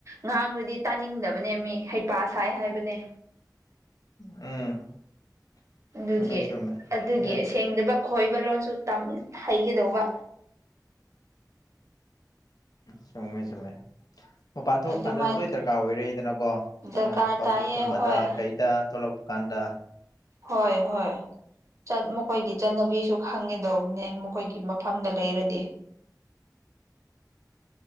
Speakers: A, on the right; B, on the left.
A: ꯉꯥꯡꯔꯗꯤ ꯇꯥꯅꯤꯡꯗꯕꯅꯦ ꯃꯤ ꯍꯩꯄꯥ ꯁꯥꯏ ꯍꯥꯏꯕꯅꯦ
B: ꯎꯝ
A: ꯑꯗꯨꯒꯤ
B: ꯆꯨꯝꯃꯦ ꯆꯨꯝꯃꯦ
A: ꯑꯗꯨꯒꯤ
B: ꯑꯗ
A: ꯁꯦꯡꯗꯕ ꯈꯣꯏꯕ ꯂꯣꯟꯁꯨ ꯇꯝ ꯍꯩꯒꯗꯧꯕ
B: ꯆꯨꯝꯃꯦ ꯆꯨꯝꯃꯦ ꯃꯄꯥꯟ ꯊꯣꯛꯄ
A: ꯑꯗꯨꯃꯥꯏꯅ
B: ꯀꯥꯟꯗ ꯂꯣꯏ ꯗꯔꯀꯥꯔ ꯑꯣꯏꯔꯩꯗꯅꯀꯣ ꯑꯩꯈꯣꯏꯅ
A: ꯗꯔꯀꯥꯔ
B: ꯄꯥꯕ꯭ꯂꯤꯛꯀꯨꯝꯕꯗ
A: ꯇꯥꯏꯌꯦ ꯍꯣꯏ
B: ꯀꯩꯗ ꯊꯣꯛꯂꯛ ꯀꯥꯟꯗ
A: ꯍꯣꯏ ꯍꯣꯏ ꯆꯠ ꯃꯈꯣꯏꯒꯤ ꯆꯠꯅꯕꯤꯁꯨ ꯈꯪꯉꯦꯗꯧꯕꯅꯦ ꯃꯈꯣꯏꯒꯤ ꯃꯐꯝꯗ ꯂꯩꯔꯗꯤ